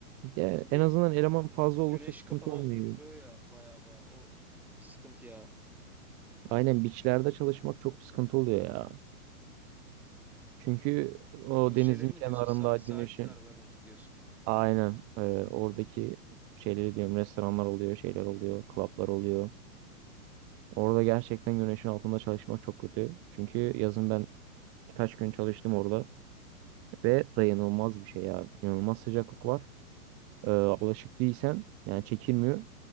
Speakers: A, on the right (about 30°); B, in the centre.
A: ya
B: Bir de
A: en azından eleman fazla olursa
B: güneş
A: sıkıntı
B: kafana
A: olmuyor.
B: vuruyor ya baya baya o sıkıntı ya.
A: Aynen beachlerde çalışmak çok sıkıntı oluyor ya. Çünkü o
B: Bu
A: denizin
B: şeyleri
A: kenarında
B: mi diyorsun? Sa- sahil
A: güneşin
B: kenarlarını mı diyorsun?
A: aynen e, oradaki şeyleri diyorum restoranlar oluyor şeyler oluyor klaplar oluyor. Orada gerçekten güneşin altında çalışmak çok kötü. Çünkü yazın ben birkaç gün çalıştım orada ve dayanılmaz bir şey ya. İnanılmaz sıcaklık var. E, alışık değilsen yani çekilmiyor.